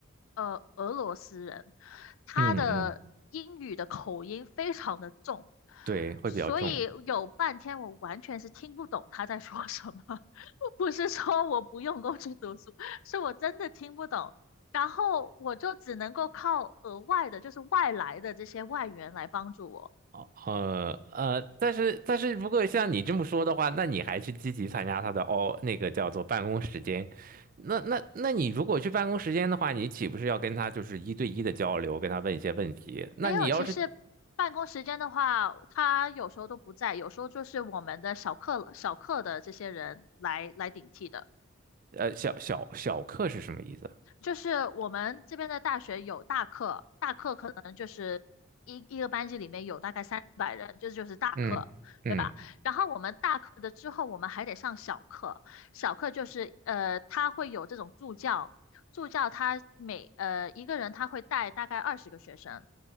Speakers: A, on the left (about 75°); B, on the right (about 40°).
A: 呃俄罗斯人，他的英语的口音非常的重，
B: 嗯嗯，对，会比较重。
A: 所以有半天我完全是听不懂他在说什么，<laughs> 不是说我不用功去读书，是我真的听不懂。然后我就只能够靠额外的，就是外来的这些外援来帮助我。
B: 哦呃呃，但是但是如果像你这么说的话，那你还去积极参加他的哦，那个叫做办公时间，那那那你如果去办公时间的话，你岂不是要跟他就是一对一的交流，跟他问一些问题？那你要是
A: 没有，其实办公时间的话，他有时候都不在，有时候就是我们的小课小课的这些人来来顶替的。
B: 呃，小小小课是什么意思？
A: 就是我们这边的大学有大课，大课可能就是一一个班级里面有大概三四百人，这就是大课，
B: 嗯嗯，
A: 对吧？然后我们大课的之后，我们还得上小课，小课就是呃，他会有这种助教，助教他每呃一个人他会带大概二十个学生，